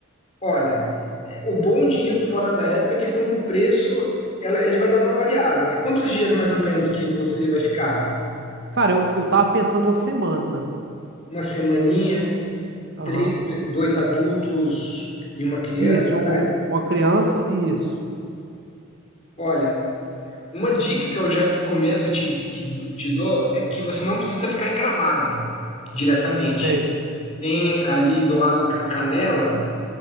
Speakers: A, on the left; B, on the right.
A: Olha, o bom de ir fora da época, é a questão do preço, ela- ele vai dar uma variada, né? Quantos dias mais ou menos que você vai ficar?
B: Cara, eu, eu tava pensando uma semana.
A: Uma semaninha,
B: Aham.
A: três, dois adultos e uma criança?
B: Isso, um, uma criança, isso.
A: Olha, uma dica que eu já de começo te, te, te dou é que você não precisa ficar em Gramado diretamente.
B: Sei,
A: Tem ali do lado a Canela,